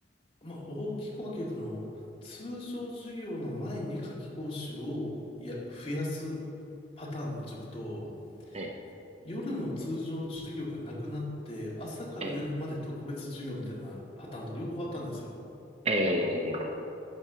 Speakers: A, on the left (about 30°); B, on the right (about 35°).
A: まあ、大きく分けると、あの、通常授業の前に夏期講習をや、増やすパターンの塾と、
B: ええ、
A: 夜の通常授業がなくなって、朝から夜まで特別授業みたいなパターンと両方あったんですよ。
B: ええ、ええ、